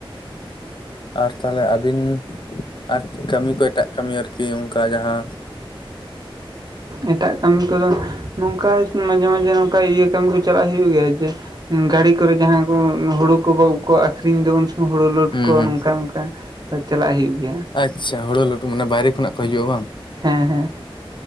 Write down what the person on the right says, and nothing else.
<inaudible> ᱮᱴᱟᱜ ᱠᱟᱹᱢᱤ ᱠᱚᱫᱚ ᱱᱚᱝᱠᱟ ᱢᱟᱡᱷᱮ ᱢᱟᱡᱷᱮ ᱱᱚᱝᱠᱟ ᱤᱭᱟᱹ ᱠᱟᱹᱢᱤ ᱠᱚ ᱪᱟᱞᱟᱜ ᱦᱩᱭᱩᱜ ᱜᱮᱭᱟ ᱡᱮ ᱜᱟᱹᱲᱤ ᱠᱚᱨᱮ ᱡᱟᱦᱟᱸ ᱠᱚ ᱦᱩᱲᱩ ᱠᱚ ᱜᱚᱜᱠᱚ ᱟᱠᱷᱨᱤᱧ ᱫᱚ ᱩᱱ ᱥᱚᱢᱚᱭ ᱦᱩᱲᱩ ᱞᱩᱴ
ᱠᱚ
ᱱᱚᱝᱠᱟ ᱱᱚᱝᱠᱟ ᱪᱟᱞᱟᱜ ᱦᱩᱭᱩᱜ ᱜᱮᱭᱟ ᱾
ᱦᱮᱸ ᱦᱮᱸ